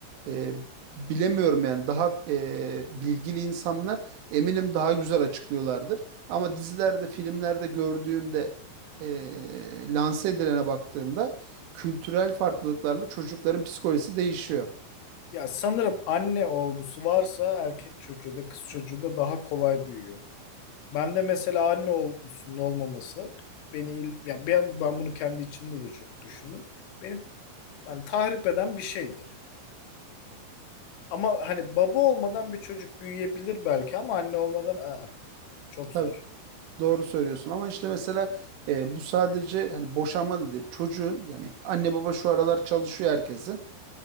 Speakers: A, on the right; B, on the left.
A: e, bilemiyorum yani daha e, bilgili insanlar eminim daha güzel açıklıyorlardır. Ama dizilerde, filmlerde gördüğümde e, lanse edilene baktığımda kültürel farklılıklarla çocukların psikolojisi değişiyor.
B: Ya sanırım anne olgusu varsa erkek çocuğu da kız çocuğu da daha kolay büyüyor. Ben de mesela anne olgusunun olmaması beni il- ya ben, ben bunu kendi içimde de çok düşündüm. Beni hani tahrip eden bir şeydi. Ama hani baba olmadan bir çocuk büyüyebilir belki ama anne olmadan aa, çok
A: Tabii
B: zor.
A: doğru söylüyorsun ama işte mesela e, bu sadece hani boşanma da değil çocuğun yani anne baba şu aralar çalışıyor herkesin.